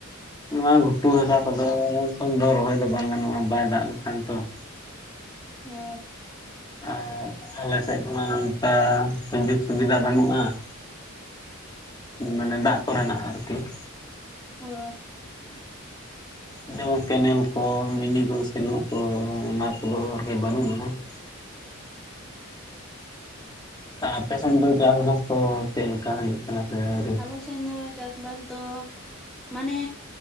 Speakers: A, on the left; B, in the centre.
A: ᱱᱚᱣᱟ ᱜᱷᱩᱴᱩ ᱦᱟᱥᱟ ᱠᱚᱫᱚ ᱮᱠᱷᱚᱱ ᱫᱚ ᱨᱚᱦᱚᱭ ᱫᱚ ᱵᱟᱝ ᱜᱟᱱᱚᱜᱼᱟ ᱵᱟᱭ ᱫᱟᱜ ᱞᱮᱠᱷᱟᱱ ᱛᱚ ᱾
B: ᱚᱻ
A: ᱟᱨ ᱟᱞᱮ ᱥᱮᱫ ᱢᱟ ᱚᱱᱠᱟ ᱥᱩᱡᱳᱜᱽ ᱥᱩᱵᱤᱫᱷᱟ ᱵᱟᱹᱱᱩᱜᱼᱟ ᱾ ᱢᱟᱱᱮ ᱫᱟᱜ ᱠᱚᱨᱮᱱᱟᱜ ᱟᱨᱠᱤ ᱾
B: ᱚᱻ
A: ᱡᱮᱢᱚᱱ ᱠᱮᱱᱮᱞ ᱠᱚ ᱢᱤᱱᱤ ᱠᱚ ᱥᱮᱞᱳ ᱠᱚ ᱚᱱᱟ ᱠᱚᱫᱚ ᱟᱨᱠᱤ ᱵᱟᱹᱱᱩᱜᱼᱟ ᱾ ᱟᱯᱮᱥᱮᱱ ᱫᱚ ᱪᱟᱥ ᱵᱟᱥ ᱠᱚ ᱪᱮᱫ ᱞᱮᱠᱟ ᱦᱩᱭᱩᱜ ᱠᱟᱱᱟ ᱥᱮ ᱟᱹᱣᱨᱤ?
B: ᱟᱞᱮᱥᱮᱱ ᱫᱚ ᱪᱟᱥᱵᱟᱥ ᱫᱚ ᱢᱟᱱᱮ